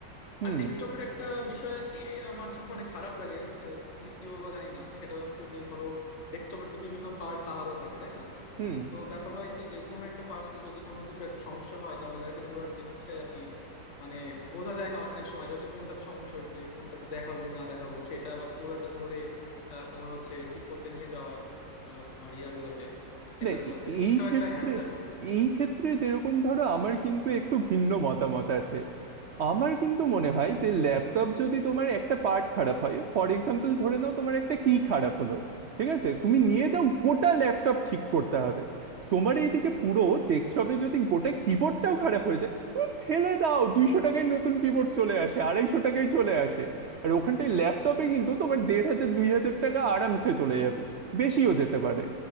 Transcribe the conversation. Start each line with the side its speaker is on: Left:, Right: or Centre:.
Right: হুম
Left: আর ডেস্কটপের একটা বিষয় আর কি আমার <laughs> মানে খারাপ লাগে আহ, তুমি কি বলবো জানি না সেটা হচ্ছে যে ধরো ডেস্কটপের তো বিভিন্ন পার্টস আলাদা থাকে তাই না
Right: হুম
Left: তো ব্যাপার হয় কি যে কোনো একটা পার্টসে যদি কোনো কিছু একটা সমস্যা হয় তাহলে দেখা যাচ্ছে পুরো জিনিসটাই আর কি মানে বোঝা যায় না অনেক সময় যে হচ্ছে কোনটাতে সমস্যা হয়েছে কোনটাতে দেখাবো না দেখাবো সেটা আবার পুরোটা ধরে আহ, তোমার হচ্ছে ঠিক করতে নিয়ে যাওয়া আহ, তোমার ইয়াগুলাতে সেন্টার
Right: না
Left: গুলাতে
Right: এ- এই
Left: সেটাও
Right: ক্ষেত্রে
Left: একটা হ্যাসেল
Right: এই ক্ষেত্রে যেরকম ধরো আমার কিন্তু একটু ভিন্ন মতামত আছে আমার কিন্তু মনে হয় যে ল্যাপটপ যদি তোমার একটা পার্ট খারাপ হয় ফর এক্সাম্পল ধরে নাও তোমার একটা কি খারাপ হলো ঠিক আছে তুমি নিয়ে যাও গোটা ল্যাপটপ ঠিক করতে হবে তোমার এইদিকে পুরো ডেস্কটপে যদি গোটা কিবোর্ডটাও খারাপ হয়ে যায় তুমি ফেলে দাও দুইশো টাকায় নতুন কিবোর্ড চলে আসে আড়াইশো টাকায় চলে আসে আর ওখানটায় ল্যাপটপে কিন্তু তোমার দেড় হাজার দুই হাজার টাকা আরামসে চলে যাবে বেশিও যেতে পারে